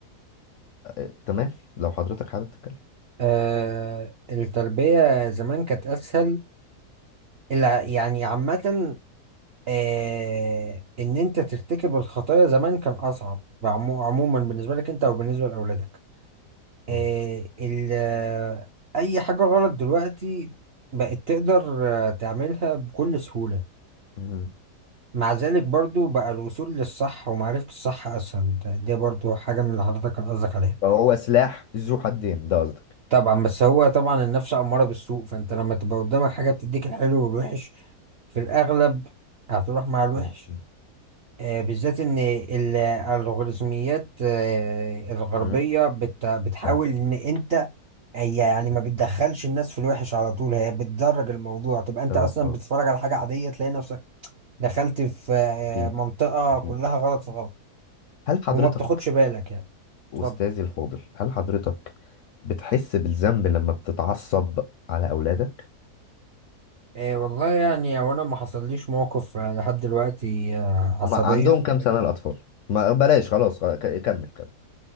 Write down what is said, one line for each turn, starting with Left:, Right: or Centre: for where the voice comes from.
Left: أه، تمام لو حضرتك حابب تتكلم
Right: آه التربية زمان كانت اسهل الع- يعني عامة آه، إن أنت ترتكب الخطايا زمان كان أصعب بعمو- عموما بالنسبة لك أنت أو بالنسبة لأولادك آه،
Left: مم.
Right: ال- آه، أي حاجة غلط دلوقتي بقت تقدر آه، تعملها بكل سهولة
Left: مم.
Right: مع ذلك برضو بقى الوصول للصح ومعرفة الصح أسهل ده ده برضو حاجة من اللي حضرتك كان قصدك عليها
Left: فهو سلاح ذو حدين ده قصدك
Right: طبعا بس هو طبعا النفس أمارة بالسوء فأنت لما تبقى قدامك حاجة بتديك الحلو والوحش في الأغلب هتروح مع الوحش
Left: مم. مم.
Right: آه، بالذات إن ال- الخوارزميات آه، الغربية
Left: مم.
Right: بت- بتحاول
Left: اه
Right: إن أنت هي يعني ما بتدخلش الناس في الوحش على طول هي بتدرج الموضوع تبقى أنت
Left: اه
Right: أصلا
Left: آه.
Right: بتتفرج على حاجة عادية تلاقي نفسك دخلت في آه،
Left: اكيد
Right: منطقة
Left: اكيد
Right: كلها غلط في غلط
Left: هل حضرتك
Right: وما بتاخدش بالك يعني
Left: أستاذي
Right: اتفضل
Left: الفاضل هل حضرتك بتحس بالذنب لما بتتعصب على أولادك؟
Right: آه، والله يعني هو أنا ما حصليش موقف آه، لحد دلوقتي آه، عصبية
Left: ما عندهم كام سنة الأطفال؟ ما بلاش خلاص خلاص ك- كمل كمل